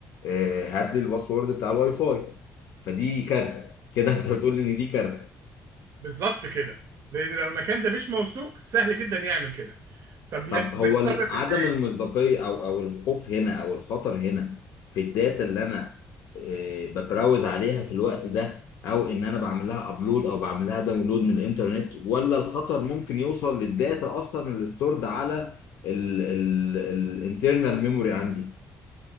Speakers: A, on the left; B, on the right.
A: آه، هات لي الباسورد بتاع الواي فاي فدي كارثه كده <laughs> انت بتقول ان دي كارثه
B: بالظبط كده لان لو المكان ده مش موثوق سهل جدا يعمل كده طب
A: طب
B: ن-
A: هو
B: نتصرف
A: ال- عدم
B: ازاي
A: المصداقية او او الخوف هنا او الخطر هنا في الداتا اللي انا آه، ببراوز عليها في الوقت ده او ان انا بعمل لها ابلود او بعمل لها داونلود من الانترنت ولا الخطر ممكن يوصل للداتا اصلا اللي ستورد على الانترنال ميموري عندي